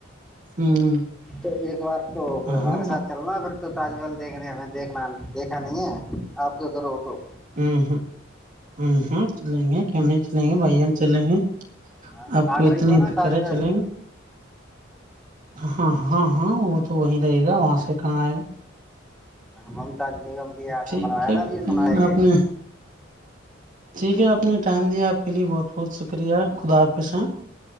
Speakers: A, on the right; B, in the centre.
A: ہیں
B: تو ایک بار تو پھر
A: ہاں
B: ہمارے ساتھ چلنا پھر تو تاج محل دیکھنےے ہمیں دیکھنا دیکھا نہیں ہے آپ کے ادھر ہو تو
A: ہ ہ ہ ہ چلیں گے ک چلیں گے بھائیان چلیں گے
B: ہاں
A: آپ کو
B: آگرہ
A: اتنی
B: ہی ہوا نا
A: فکر
B: تاج
A: ہے
B: محل
A: چلیں گے ہاں ہاں ہاں وہ تو وہیں رہے گا وہاں سے کہاں آئے گا
B: ممتاج بیگم کی یاد میں
A: ٹھیک
B: بناویا
A: ہے
B: تھاا
A: بھائی
B: بھی سناائے
A: جان
B: کے
A: آپ نے ٹھیک ہے آپ نے ٹائم دیا آپ کے لیے بہت بہت شکریہ خدا حافظ صاں